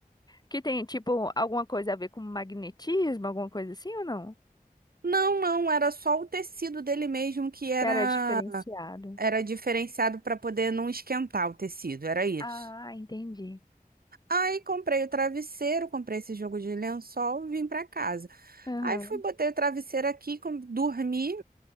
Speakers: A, on the left (about 25°); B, on the right (about 75°).
A: que tem tipo alguma coisa a ver com magnetismo, alguma coisa assim ou não?
B: Não, não, era só o tecido dele mesmo que era
A: Que era diferenciado.
B: era diferenciado para poder não esquentar o tecido, era isso.
A: Ah, entendi.
B: Aí comprei o travesseiro, comprei esse jogo de lençol, e vim para casa.
A: Aham.
B: Aí fui, botei o travesseiro aqui, com- dormi.